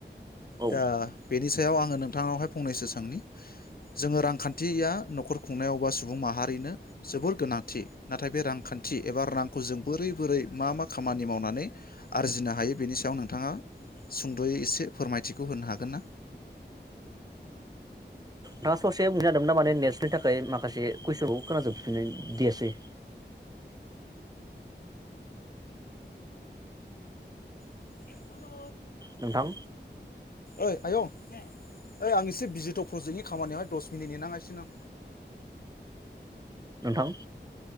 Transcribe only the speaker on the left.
दा बेनि याव आङो नोंथांनावहाय फंनैसोनि सोंनि जोङो रांखान्थि या नखर खुंनायावबा सुबुं माहारिनो जोबोर गोनांथि नाथाय बे रांखान्थि एबा रांखौ जों बोरै बोरै मा मा खामानि मावनानै आरजिनो हायो बेनि सायाव नोंथाङा सुंदयै एसे फोरमायथिखौ होनो हागोन ना?
<inaudible>
ओइ आयं ओइ आं एसे बिजिथ प्रजेक्टनि खामानियावहाय दस मिनिट नेेनाङासिनो आं